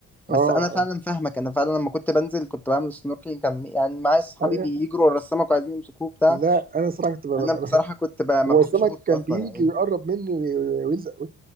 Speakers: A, in the centre; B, on the right.
A: بس
B: اه
A: انا فعلا فاهمك انا فعلا لما كنت بنزل كنت بعمل سنوركلينج كان يعني معايا اصحابي
B: آه.
A: بيجروا ورا السمك وعايزين يمسكوه بتاع
B: لا انا الصراحه كنت ببقى
A: انا بصراحه
B: ببقى-
A: كنت ب... ما
B: هو
A: بحبش
B: السمك
A: ابص
B: كان
A: اصلا
B: بيجي
A: يعني
B: ويقرب مني وي- وي- ويلزق